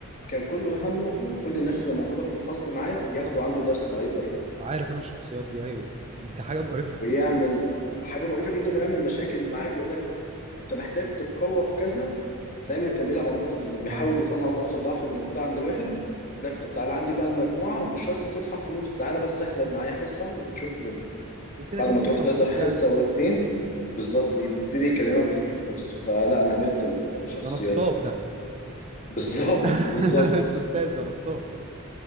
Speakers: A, on the left (about 40°); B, on the right (about 30°).
A: كان كل همه إن كل الناس اللي موجودة في الفصل معاه ياخدوا عنده درس بأي طريقة
B: عارف انا الشخصيات دي ايوه دي حاجه مقرفه
A: ويعمل حاجه مقرفه جدا ويعمل مشاكل معاك ويقول لك انت محتاج تتقوى في كذا دايما كان بيلعب على النقطه دي انه بيحاول
B: اه
A: يطلع نقط الضعف اللي موجوده عند الواحد يقول لك طب تعالى عندي بقى المجموعه ومش شرط تدفع فلوس تعالى بس احضر معايا حصه وتشوف الدنيا
B: وكده
A: بعد
B: كده
A: ما
B: هتدفع
A: تروح تحضر
B: فلوس
A: حصه
B: يعني
A: واتنين بالظبط يبتدي يكلمك في فلوس فلا انا قابلت الشخصيات
B: ده نصاب
A: دي <laughs>
B: ده
A: بالظبط
B: <laughs>
A: بالظبط
B: مش استاذ ده نصاب ده